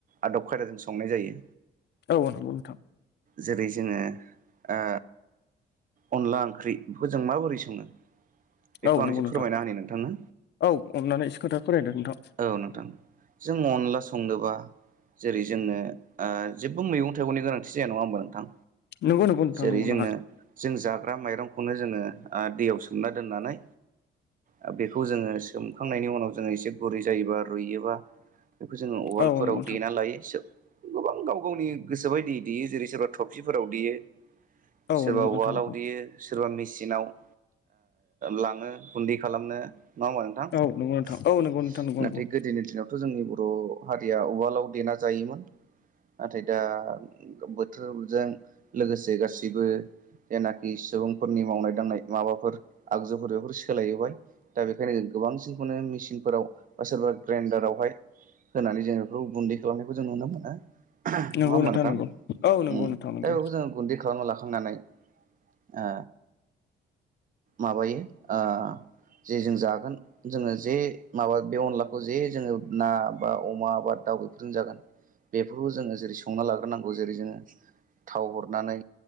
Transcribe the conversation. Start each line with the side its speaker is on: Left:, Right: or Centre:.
Right: आदब खायदाजों संनाय जायो।
Left: औ नोंगौ नोथां।
Right: जेरै जोङो ओ अनला ओंख्रि बिखौ जों माबोरै सङो। बेखौ
Left: औ
Right: आं
Left: नंगौ
Right: एसे
Left: नोंथां
Right: फोरमायना होनि नोंथांनो
Left: औ अननानै एसे खोथा फोरमायदो नोंथां
Right: औ नोंथां जों अनला संनोबा जेरै जोंनो ओ जेबो मैगं थाइगंनि गोनांथि जाया नङा होनबा नोंथां।
Left: नंगौ नंगौ नोंथां
Right: जेरै
Left: नंगौ
Right: जोंनो
Left: नाङा
Right: जों जाग्रा माइरंखौनो जोङो ओ दैयाव सोमना दोननानै ओ बिखौ जोङो सोमखांनायनि उनाव जोङो एसे - गुरै जायोबा रुइयोबा बिखौ जोङो उवालफोराव
Left: औ नंगौ नोंथां
Right: देना लायो गोबां गाव गावनि गोसोबायदि देयो जेरै सोरबा ट्रसिफोराव देयो
Left: औ
Right: सोरबा
Left: नंगौ नोंथां
Right: उवालाव
Left: नंगौ
Right: देयो सोरबा मिसिनाव ओ लाङो गुन्दै खालामनो नंङा ओमबा नोंथां।
Left: औ
Right: नाथाय
Left: नंगौ नोंथां औ नंगौ नोंथां नंगौ नंगौ
Right: गोदोनि दिनाव ' जोंनि बर' हारिया उवालाव देना जायोमोन। नाथाय दा बोथोरजों लोगोसे गासैबो जेनाखि सुबुंफोरनि मावनाय दांनाय माबाफोर आगजुफोर बेफोर सोलायबाय दा बेखायनो गोबांसिन खौनो मिचिनफोराव बा सोरबा ग्राइडारावहाय होनानै जों बेखौ गुन्दै खालाम जों नुनो मोनो नङा
Left: नंगौ
Right: होमबा नोंथां
Left: नंगौ औ नंगौ
Right: ओम
Left: नोंथां नंगौ
Right: औ जों गुन्दै खालामना ला खांनानै ओ माबायो ओ जे जों जागोन। जोङो जे माबा बे अनलाखौ जे जोङो ना बा अमा बा दाउ बेफोरजों जागोन। बेफोरखौ जोङो जेरै संना लाग्रोनांगौ जेरै जोङो। थाव हरनानै